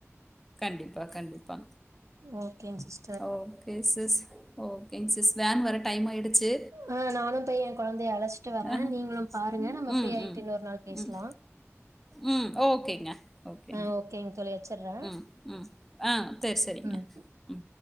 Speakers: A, in the centre; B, on the right.
A: கண்டிப்பா கண்டிப்பா
B: ஓகேங் சிஸ்
A: ஓகே சிஸ் ஓகேங் சிஸ் வேன் வர டைம் ஆயிடுச்சு
B: ஆ நானு போய் எ கொழந்தைய அழஸ்ட்டு வரே
A: அஹ்,
B: நீங்களு பாருங்க நம்ம
A: ம்,
B: ஃப்ரீ ஆய்ட்டு
A: ம்.
B: இன்னொரு நாள் பேசலா
A: ம், ம் ஓகேங்க ஓகே
B: ம் ஓகேங் தோழி வச்சுற
A: ம் ம் ஆ தேர் சரிங்க
B: ம்
A: ம்.